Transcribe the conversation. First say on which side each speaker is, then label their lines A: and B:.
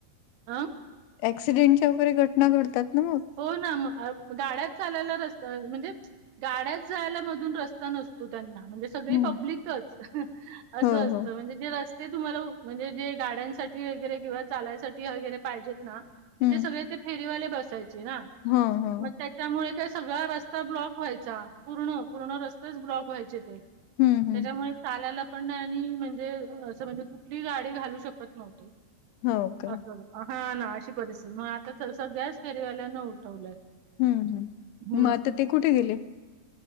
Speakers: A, on the right; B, on the left.
A: आ?
B: ऍक्सिडेंटच्या वगैरे घटना घडतात ना मग?
A: होय ना मग, अ गाड्याच चालायला रस्ता म्हणजे- गाड्याच जायला मधून रस्ता नसतो त्यांना म्हणजे- सगळी
B: हं.
A: पब्लिकच असं
B: हो,
A: असतं,
B: हो.
A: म्हणजे- जे रस्ते तुम्हाला म्हणजे जे गाड्यांसाठी वगैरे किंवा चालायसाठी वगैरे पाहिजेत ना- तिथे
B: हं.
A: सगळे ते फेरीवाले बसायचे ना,
B: हां, हां.
A: मग त्या- च्यामुळे ते काय सगळा रस्ता ब्लॉक व्हायचा, पूर्ण, पूर्ण रस्तेच ब्लॉक व्हायचे ते.
B: हं, हं.
A: त्याच्यामुळे- चालायला पण नाही आणि म्हणजे असं म्हणजे कुठली गाडी घालू शकत नव्हते.
B: हो का?
A: असं हा ना, अशी परिस्थिती मग आता स सगळ्याच फेरीवाल्याना उठवलंय.
B: हम्म, हम्म,
A: हं.
B: मग आता ते कुठे गेले?